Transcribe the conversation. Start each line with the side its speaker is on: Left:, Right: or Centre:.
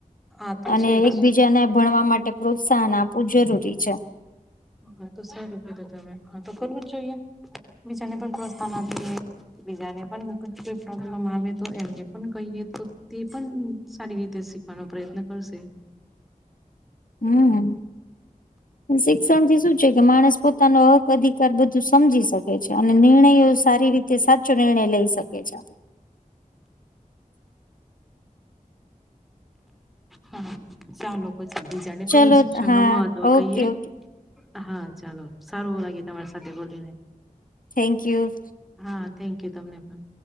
Centre: હા તો
Left: અને
Centre: છે
Left: એકબીજાને
Centre: જ
Left: ભણવા માટે પ્રોત્સા શાન આપવું જરૂરી છે.
Centre: હા તો સારુ કીધું તમે હા તો કરવું જ જોઈએ બીજાને પણ પ્રોસ્થાન આપીએ. બીજાને પણ કુછ કુછ પ્રોબ્લમ આવે તો એમને પણ કહીએ તો. તે પણ સારી રીતે શીખવાનો પ્રયત્ન કરશે.
Left: હમ્મ. શિક્ષણથી શું છે કે માણસ પોતાનો હક અધિકાર બધું સમજી શકે છે અને નિર્ણયો સારી રીતે તે સાચો નિર્ણય લઈ શકે છે.
Centre: હા ચાલો પછી બીજાને
Left: ચલો
Centre: પણ શિક્ષણ
Left: હા
Centre: નો મહત્વ
Left: ઓકે
Centre: કહીયએ.
Left: ઓકે
Centre: હા ચાલો સારું લાગ્યું તમારી સાથે બોલીને.
Left: Thank you.
Centre: હા થેન્ક યુ તમને પણ.